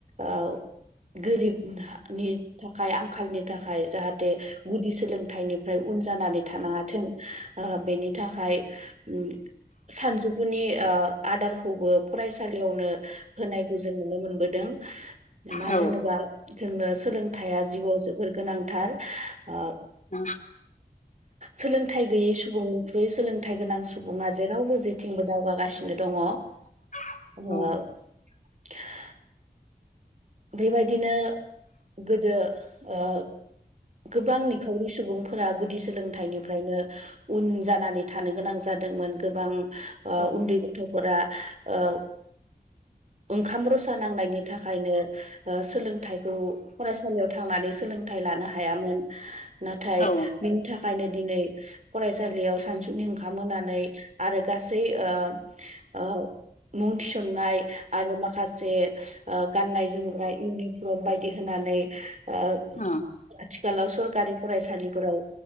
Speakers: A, on the right; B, on the left.
A: ओ गोरिबनि थाखाय आंखालनि थाखाय जाहाथे गुदि सोलोंथाइनिफ्राय उन जानानै थानाङाथों ओ बेनि थाखाय उम सानजौफुनि ओ आदारखौबो फरायसालियावनो होनायखौ जों नुनो मोनबोदों। मानो
B: औ
A: होनोबा जोंनो सोलोंथाइया जिउआव जोबोद गोनांथार ओ
B: औ
A: सोलोंथाइ गैयै सुबुंनिख्रुइ सोलोंथाइ गोनां सुबुङा जेरावबो जेथिंबो दावगागासिनो दङ'।
B: <inaudible>
A: <unintelligible>
B: औ
A: बेबायदिनो गोदो ओ गोबां निखावरि सुबुंफोरा गुदि सोलोंथाइनिफ्रायनो उन जानानै थानो गोनां जादोंमोन गोबां ओ
B: औ
A: उन्दै गथ' फोरा ओ ओंखाम रसा नांनायनि थाखायनो ओ सोलोंथाइखौ फरायसालियाव थांनानै सोलोंथाइ लानो हायामोन। नाथाय
B: औ
A: बेनि था खायनो दिनै फरायसालियाव सानसुनि ओंखाम होनानै आरो गासै ओ ओ मुं थिसननाय आरो माखासे ओ गाननाय जोमग्रा इउनिफ्रम बायदि होनानै ओ
B: अ
A: आथिखालाव सरकारि फरायसालिफोराव